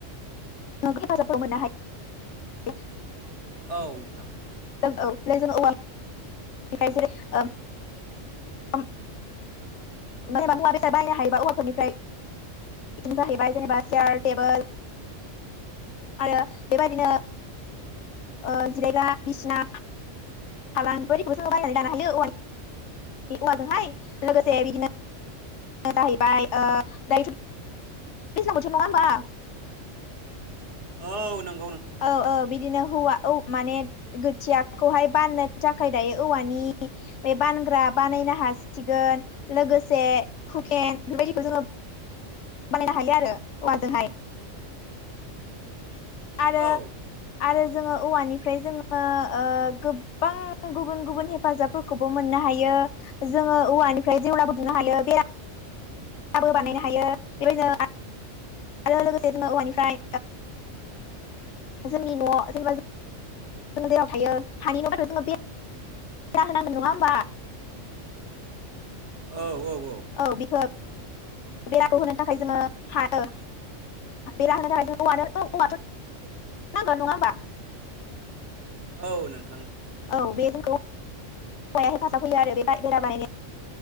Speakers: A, on the left (about 65°); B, on the right (about 60°).
A: हेफाजाबफोर मोननो हायो।
B: औ नोंथां।
A: जों औ जों औवानिफ्राय जेरै उम उम <unintelligible> मुवा बेसाद बायनो हायोबा औवाफोरनिफ्राय बेदिनि जाहैबाय जेनेबा चेयार टेबोल आरो बेबायदिनो ओ जिरायग्रा बिसिना फालां बेदिखौबो जों बाहायनानै लानो हायो औवा नि औवाजोंहाय लोगोसे बिदिनो जाहैबाय ओ दायोथ' दैज्लां बोथोर नङा होमबा?
B: औ नों
A: औ औ बिदिनो हौवा औ माने गोथियाखौहाय बाननो थाखाय दायो औवानि बे बानग्रा बानायनो हासिगोन लोगोसे हुखेन बेफोरबादिखौ जोङो बानायनो हायो आरो औवाजोंहाय। आरो
B: औ
A: आरो जोङो औवानिफ्राय जोङो ओ गोब्बां गुबुन गुबुन हेफाजाबफोरखौबो मोननो हायो। ओ जोङो औवानिफ्राय जेवराबो दुमनो हायो बेरा बो बानायनो हायो बेबायदिनो आरो लोगोसे जोङो औवानिफ्राय जोंनि न'आव जेनेबा जों जों जेराव थायो हानि न'बाथ' जोङो बे रा होनांगोन नङा होमबा?
B: औ औ।
A: औ बेखौ बेराखौ होनो थाखाय जोङो हायो। बेरा होनो थाखाय जों औवानो औवाथ' नांगोन नङा होमबा?
B: औ नों
A: औ बे जोंखौ औवाया हेफाजाब होयो आरो बे बा बेरा बानायनाय